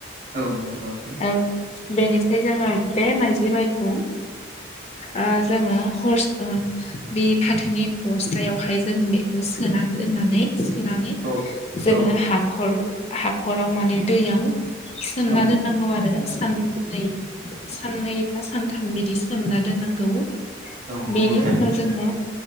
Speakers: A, on the right; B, on the left.
A: औ नंगौ नोंथां
B: ओ बेनिफ्राय जोङो बे माइज्लि माइखौ ओ जोङो हरस ओ बे फाथोनि बस्थायाव फ्राय जोङो बेखौ सोनानै दोननानै सोनानै
A: औ
B: जोङो
A: औ
B: हाखर हाख'राव माने दैयाव सोमना
A: औ
B: दोन नांगौ आरो साननै साननै बा सानथाम बिदि सोमना दोननांगौ।
A: औ नंगौ
B: बेनि
A: थारैनो
B: उनाव जोङो